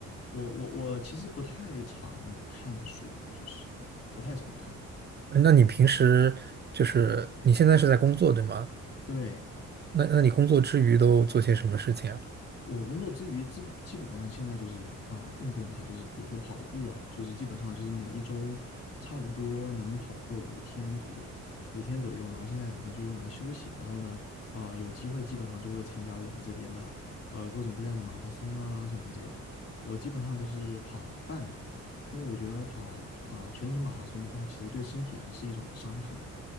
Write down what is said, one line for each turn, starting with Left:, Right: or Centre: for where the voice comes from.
Left: 我我我其实不太常看书，就是不太常看。
Right: 哎那你平时就是你现在是在工作，对吗？
Left: 对，
Right: 那那你工作之余都做些什么事情啊？
Left: 我工作之余，基基本上现在就是啊、运动一下，就是比如说跑步啊，就是基本上就是每一周差不多能跑个五天左右，五天左右，然后剩下两天就用来休息。然后呢，啊、有机会基本上就会参加我们这边的呃各种各样的马拉松啊什么之类的。我基本上都是跑半马，因为我觉得跑啊、全程马拉松的话，其实对身体还是一种伤害，